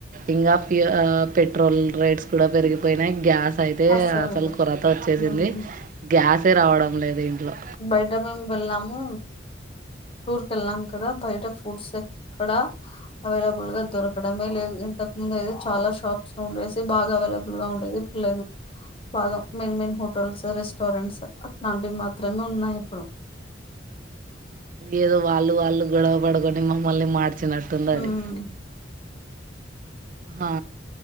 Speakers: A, on the right; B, on the left.
A: ఇంగా పె పెట్రోల్ రేట్స్ కూడా పెరిగిపోయినయి. గ్యాస్ అయితే
B: అస్సలు
A: అసలు కొరత వచ్చేసింది.
B: ఉమ్
A: గ్యాసే రావడం లేదు ఇంట్లో.
B: బయట మేము వెళ్ళాము టూర్ కెళ్ళాం కదా బయట ఫుడ్స్ ఎక్కడ అవైలబుల్ గా దొరకడమే లేదు. ఇంతకు ముందు అయితే చాలా షాప్స్ ఉండేసి బాగా అవైలబుల్ గా ఉండేది ఇప్పుడు లేదు. బాగా మెయిన్ మెయిన్ హోటల్స్, రెస్టారెంట్స్ అట్లాంటివి మాత్రమే ఉన్నాయి ఇప్పుడు.
A: ఏదో వాళ్లు వాళ్లు గొడవ పడుకొని మమ్మల్ని మా నచ్చినట్టుంద అది
B: ఉమ్
A: ఆ